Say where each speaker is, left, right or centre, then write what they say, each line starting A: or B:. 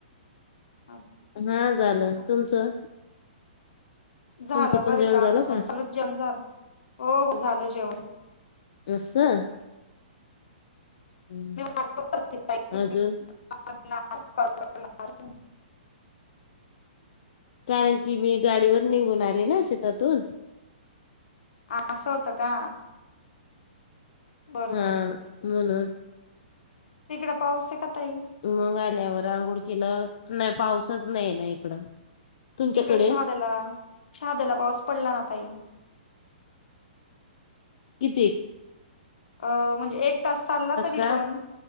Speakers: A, on the left; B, on the left.
A: असं
B: हा झालं
A: का
B: तुमचं.
A: झालं
B: तुमचं
A: बरं
B: पण जेवण
A: का
B: झालं
A: आम पण चालूच जेवण झालं हो हो झालं जेवण.
B: असं. हम्म.
A: <unintelligible>
B: अजून
A: क <unintelligible>
B: कारण की मी गाडीवर निघून आले ना शेतातून.
A: असं होतं का. बरं
B: हा म्हणून.
A: तिकडे पाऊस आहे का. ताई
B: मग आल्यावर आंघोळकीलं नाही पाऊसच नाही ना इकडं. तुमच्याकडे
A: इकड शहाद्याला शहाद्याला पाऊस पडला ना तई.
B: कितीे.
A: अ म्हणजे एक तास चालला तरी
B: का
A: पण.